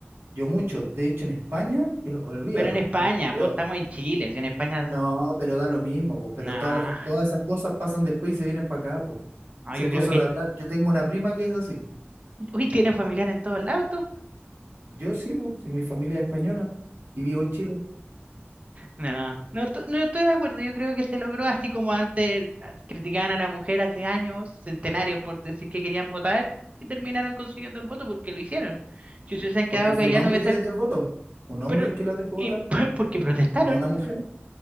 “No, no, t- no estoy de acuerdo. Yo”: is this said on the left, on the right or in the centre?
Right